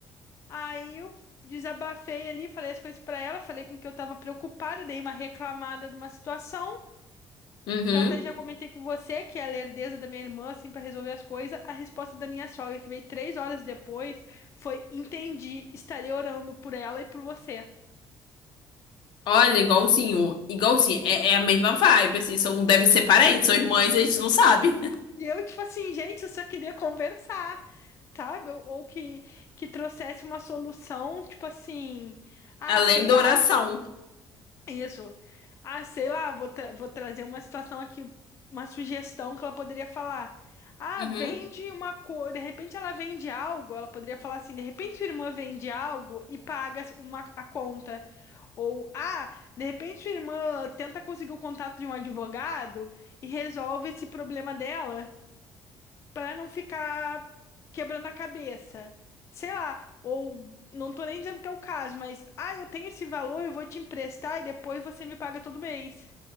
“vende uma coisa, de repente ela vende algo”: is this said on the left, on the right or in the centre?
Left